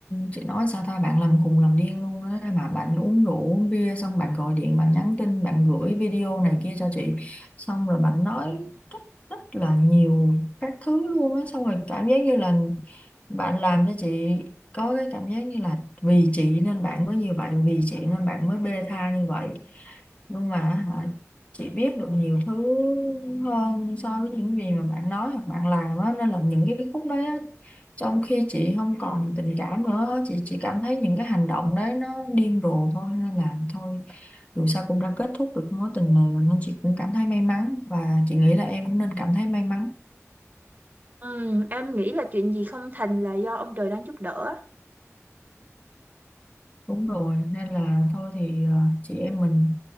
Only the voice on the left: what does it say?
chị nói sao ta bạn làm khùng làm điên luôn á mà bạn uống rượu uống bia xong bạn gọi điện bạn nhắn tin bạn gửi video này kia cho chị xong rồi bạn nói rất rất là nhiều các thứ luôn á xong rồi cảm giác như là bạn làm cho chị có cái cảm giác như là vì chị nên bạn mới như vậy vì chị nên bạn mới bê tha như vậy nhưng mà hả, chị biết được nhiều thứ hơn so với những gì mà bạn nói hoặc bạn làm á nên là những cái khúc đấy á, trong khi chị không còn tình cảm nữa chị chỉ cảm thấy những cái hành động đấy nó điên rồ thôi nên là thôi dù sao cũng đã kết thúc được mối tình này rồi nên chị cũng cảm thấy may mắn và chị nghĩ là em cũng nên cảm thấy may mắn
đúng rồi nên là thôi thì ờ, chị em mình